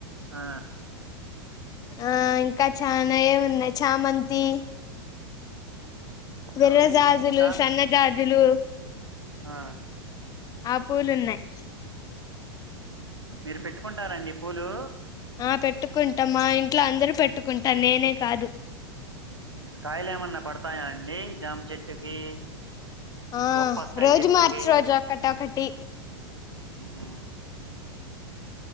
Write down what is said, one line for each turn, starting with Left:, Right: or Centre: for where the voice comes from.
Right: ఆ
Left: ఆ ఇంకా చానాయె ఉన్నాయి చామంతి విర్ర
Right: అవునండి
Left: జాజులు
Right: ఇంకా
Left: సన్న జాజులు
Right: ఆ
Left: ఆ పూలున్నాయి
Right: మీరు పెట్టుకుంటారండి పూలు
Left: ఆ పెట్టుకుంటాం మా ఇంట్లో అందరూ పెట్టుకుంటారు నేనే కాదు
Right: కాయలు ఏమన్నా పడతాయా అండి జామ చెట్టుకి
Left: ఆ
Right: బొప్పస్కాయ
Left: రోజు
Right: చెట్టుకి
Left: మార్చి రోజు ఒక్కటొక్కటి
Right: ఉహు